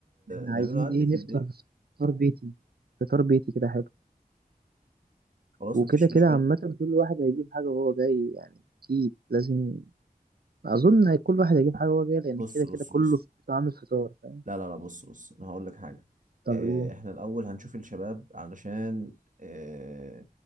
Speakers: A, on the right (about 85°); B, on the right (about 55°).
A: احنا
B: آه، نعمله
A: عايزين
B: عندي
A: ايه
B: في البيت
A: نفطر فطار بيتي فطار بيتي كده حلو
B: خلاص
A: وكده
B: مفيش مشكلة
A: كده عامة كل واحد هيجيب حاجة وهو جاي يعني اكيد لازم اظن هي- كل واحد هيجيب حاجة وهو جاي لان
B: بص
A: كده كده
B: بص
A: كله
B: بص
A: عامل فطار فاهم
B: لا لا لا بص بص انا هقول لك حاجه
A: طب
B: آه،
A: ايه
B: احنا الاول هنشوف الشباب علشان آه،